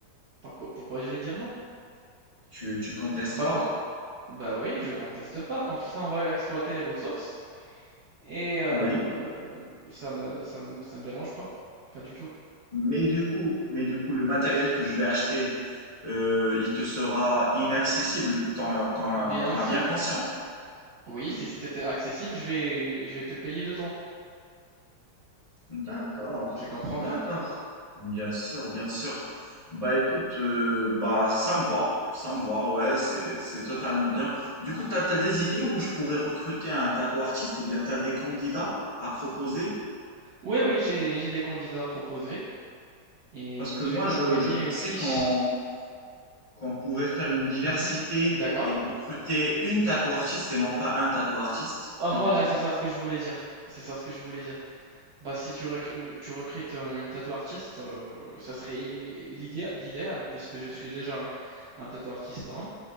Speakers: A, on the right; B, on the left.
A: Pourquoi, pourquoi je vais dire non?
B: Tu, tu contestes
A: Bah,
B: pas?
A: quand, bah oui, je conteste pas, comme ça on va exploiter les ressources et euh,
B: Oui.
A: ça me, ça me, ça me dérange pas, pas du tout.
B: Mais du coup, mais du coup, le matériel que je vais acheter, euh, il te sera inaccessible. T'en as, t'en as-
A: Bien
B: t'en
A: sûr,
B: as bien conscient.
A: oui,
B: Ok.
A: si c'était accessible, je vais, je vais te payer dedans.
B: D'accord,
A: Je comprends
B: d'accord.
A: bien.
B: Bien sûr, bien sûr. Bah écoute, euh, bah ça me va, ça me va, ouais, c'est c'est totalement bien. Du coup, t'as, t'as des idées où je pourrais recruter un tattoo artiste ou bien t'as des candidats à proposer?
A: Oui, oui, j'ai, j'ai des candidats proposés et
B: Parce que
A: je
B: moi,
A: vais t'envoyer
B: je, je pensais
A: une fiche.
B: qu'on qu'on pouvait faire une diversité
A: Mhm. D'accord.
B: et recruter une tattoo artiste et non pas un tattoo artiste.
A: Ah,
B: T'en
A: voilà,
B: penses quoi?
A: c'est ça ce que je voulais dire. C'est ça ce que je voulais dire. Bah, si tu recr euh, tu recrutes, heu, une tattoo artiste, heu, ça serait l'idéa l'idéal puisque je suis déjà un un tattoo artist homme.